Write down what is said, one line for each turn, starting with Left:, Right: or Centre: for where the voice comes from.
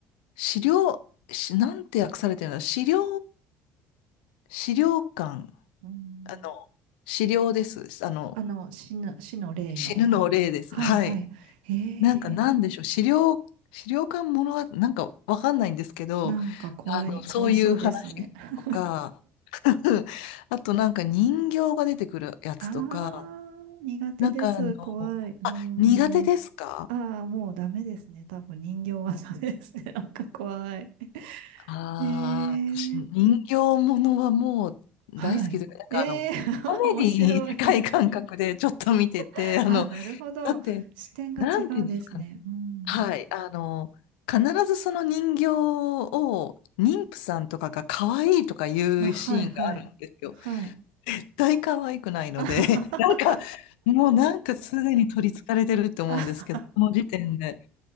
Left: 資料、し、なんて訳されてるの資料、資料館、
Right: うーん
Left: あの、資料です。あの、
Right: あの、死の、死の霊の。
Left: 死ぬの霊です。
Right: はい、
Left: はい。
Right: はい。へ
Left: なんか、なんでしょう。
Right: え、
Left: 資料、資料館ものは、なんか、わかんないんですけど、
Right: なんか怖い、
Left: あの、そういう話とか、
Right: 怖そうですね。<laughs>
Left: <laughs> あとなんか人形が出てくるやつとか、
Right: ああ、苦手です。
Left: なんかあの、
Right: 怖い。うーん。
Left: 苦手ですか
Right: ああ、もうダメですね。多分人形はダメですね。<laughs> なんか怖い。
Left: ああー、
Right: ええ
Left: 私、人形ものはもう大好きで、
Right: はい。
Left: なんかあの、
Right: ええ
Left: コメディに近い感覚でちょっと見てて、
Right: <laughs> 面白い <laughs>
Left: あの、
Right: あ、なるほど。
Left: だって、
Right: 視点が違うんですね。
Left: なんていうんですかね。
Right: うん。
Left: はい、あの、必ずその人形を、妊婦さんとかが可愛いとかいうシーンがあるんですよ。
Right: あ、はい、はい。はい。
Left: 絶対可愛くないので、
Right: <laughs> あは
Left: <laughs> なんか、もうなんかすでに取り憑かれてると思うんですけど、
Right: はは
Left: この時点で。